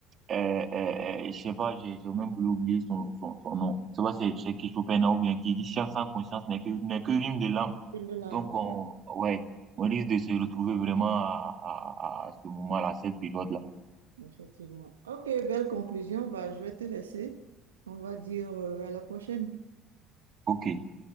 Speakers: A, on the right; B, on the right.
A: euh, euh, euh, je sais pas, j'ai j'ai même oublié son, son, son nom. Je sais pas, c'est c'est qui Chopin ou bien qui dit science sans conscience n'est que, n'est que rime de l'âme.
B: Une de l'enfer,
A: Donc, on, ouais, on risque de se retrouver vraiment à, à, à à ce moment-là, à cette période-là.
B: effectivement. Ok, belle conclusion. Bah, je vais te laisser. On va dire euh, à la prochaine.
A: Ok.